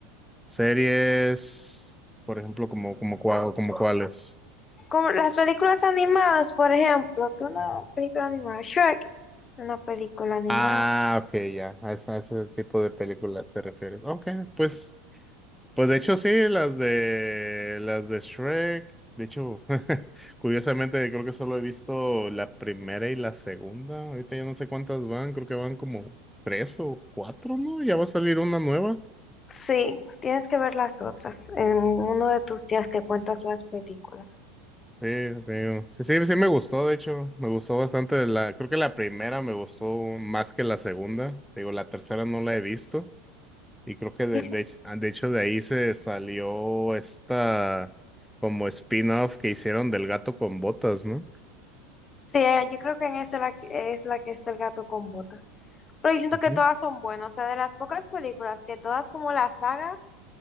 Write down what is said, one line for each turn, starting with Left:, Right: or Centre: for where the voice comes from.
Centre: Series, por ejemplo, como, como, cua- como cuáles.
Left: Como las películas animadas, por ejemplo, que una película animada, Shrek, una película animada.
Centre: Ah, ok, ya, a ese, a ese tipo de películas te refieres. Ok, pues, pues de hecho sí, las de, las de Shrek, de hecho, <laughs> curiosamente creo que solo he visto la primera y la segunda, ahorita ya no sé cuántas van, creo que van como tres o cuatro, ¿no? Ya va a salir una nueva.
Left: Sí, tienes que ver las otras en uno de tus días que cuentas las películas.
Centre: Sí, te digo. Sí, sí, sí me gustó, de hecho, me gustó bastante la, creo que la primera me gustó más que la segunda, Te digo, la tercera no la he visto y creo que de,
Left: Y
Centre: de, hecho ah, de hecho de ahí se salió esta como spin-off que hicieron del gato con botas, ¿no?
Left: Sí, eh, yo creo que en esa la que- es la que está el gato con botas. Pero yo siento
Centre: Ujú,
Left: que todas son buenas, o sea, de las pocas películas que todas como las sagas